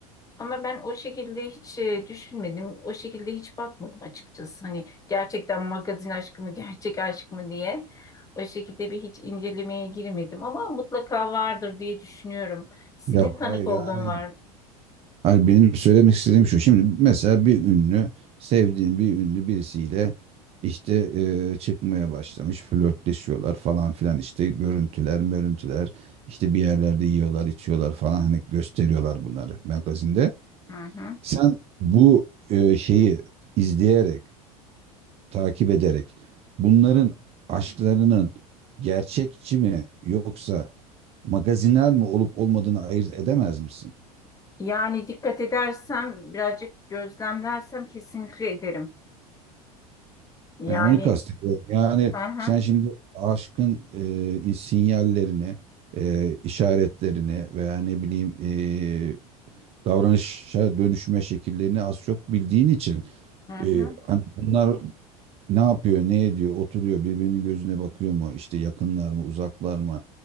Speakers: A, on the left (about 15°); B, on the right (about 30°).
A: Ama ben o şekilde hiç ee, düşünmedim, o şekilde hiç bakmadım açıkçası. Hani gerçekten magazin aşkı mı, <laughs> gerçek aşk mı diye o şekilde bir hiç incelemeye girmedim ama mutlaka vardır diye düşünüyorum. Senin
B: Yok
A: tanık
B: hayır
A: olduğun
B: yani
A: var. mı?
B: Hayır benim söylemek istediğim şu. Şimdi mesela bir ünlü, sevdiğim bir ünlü birisiyle işte e, çıkmaya başlamış, flörtleşiyorlar falan filan işte görüntüler, mörüntüler, işte bir yerlerde yiyorlar, içiyorlar falan hani gösteriyorlar bunları magazinde.
A: Hı hı.
B: Sen bu e, şeyi izleyerek, takip ederek bunların aşklarının gerçekçi mi yoksa magazinel mi olup olmadığını ayırt edemez misin?
A: Yani dikkat edersem, birazcık gözlemlersem kesinlikle ederim. Yani
B: Yani onu kastediyorum. Yani
A: hı hı,
B: sen şimdi aşkın e, sinyallerini, e, işaretlerini veya ne bileyim e, davranışa dönüşme şekillerini az çok bildiğin için
A: hı hı.
B: e, hani bunlar ne yapıyor, ne ediyor, oturuyor, birbirinin gözüne bakıyor mu, işte yakınlar mı, uzaklar mı,